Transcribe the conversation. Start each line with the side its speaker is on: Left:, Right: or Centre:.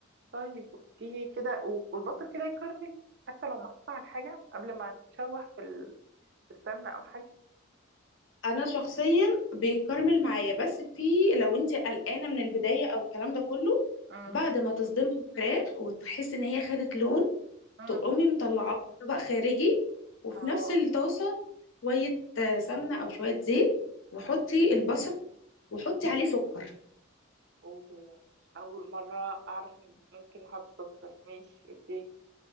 Right: طيب اوكي كده والبصل كده يكرمل حتى لو محطوط على حاجة قبل ما تشوح في ال- في السمنة او حاجة
Left: انا شخصيا بيتكرمل معايا بس في لو انت قلقانه من البدايه او الكلام ده كله
Right: امم
Left: بعد ما تصدمي الفراخ وتحس ان هي خدت لون
Right: امم
Left: تقومي مطلعاها في طبق خارجي وفي
Right: اه
Left: نفس الطاسه شويه آه، سمنه او شويه زيت وحطي البصل وحطي عليه سكر
Right: أوه. أول مرة أعرف إن ممكن أحط سكر ماشي أوكي